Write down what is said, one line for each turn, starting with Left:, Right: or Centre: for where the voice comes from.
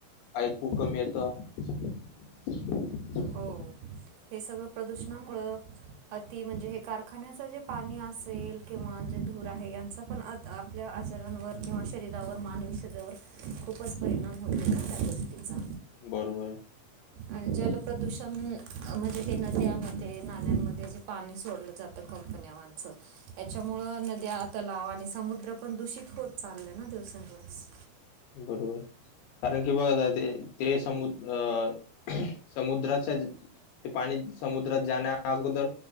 Left: ऐकु कमी येतं <inaudible>
Right: हो हे सगळं प्रदूषणामुळं अति म्हणजे हे कारखान्याचं जे पाणी असेल किंवा जे धूर आहे यांचा पण अ आपल्या आजारांवर किंवा शरीरावर मानवी शरीरावर- खूपच परिणाम होतो ना त्या गो तिचा,
Left: बरोबर
Right: आणि जल प्रदूषण म्हणजे हे नद्यामध्ये, नाल्यांमध्ये जे पाणी सोडलं जातं कंपन्यावाच ह्याच्यामुळं नद्या, तलाव आणि समुद्र पण दूषित होत चालले ना दिवसेंदिवस.
Left: बरोबर. कारण की बघा ते ते समु अ समुद्राच्या ते पाणी समुद्रात जाण्याअगोदर